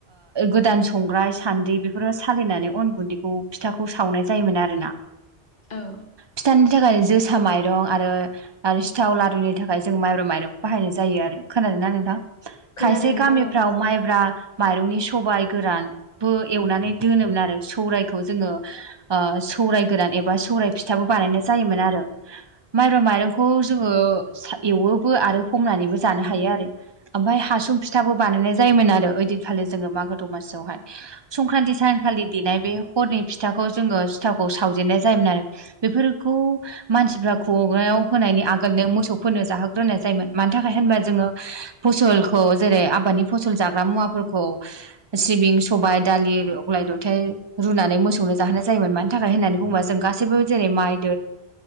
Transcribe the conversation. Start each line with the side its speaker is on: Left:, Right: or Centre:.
Right: गोदान संग्राय सान्द्रि बेफोर सालिनानै अन गुन्दैखौ फिथाखौ सावनाय जायोमोन आरोना
Left: औ
Right: फिथानि थाखाय जोसा माइरं आरो आरो सिथाव लारुनि थाखाय जों माइब्रा माइरंखौ बाहायनाय जायो आरो खोनादोंना नोंथां
Left: खोनादों
Right: खायसे
Left: नोंथां
Right: गामिफ्राव
Left: औ
Right: माइब्रा माइरंनि सबायाइ गोरानबो एवनानै दोनोमोन आरो सौरायखौ जोङो सौराय गोरान एबा सौराय फिथा फिथाबो बानायनाय जायोमोन आरो माइब्रा माइरंखौ जोङो एववोबो आरो हमनानैबो जानो हायो आरो ओमफ्राय हासुं फिथाबो बानायनाय जायोमोन आरो ओइदिनखालि जोंङो मागो दमासियावहाय स्रंखानथि सानखालि देनाय बे हरनि फिथाखौ जोंङो सिथावखौ सावजेननाय जायोमोन आरो बेफोरखौ मानसिफ्रा खग्रायाव होनायनि आगोलनो मोसौ फोरनो जाहोग्रोनाय जायोमोन मानि थाखाय होनबा जोङो फसलखौ जेरै आबादनि फसल जाग्रा मुवाफोर सिबिं सबाय दालिर अ गलाय लथाय रुनानै मोसौनो जाहोनाय जायोमोन मानि थाखाय होननानै बुङोबा जों गासैबो जेरै माइ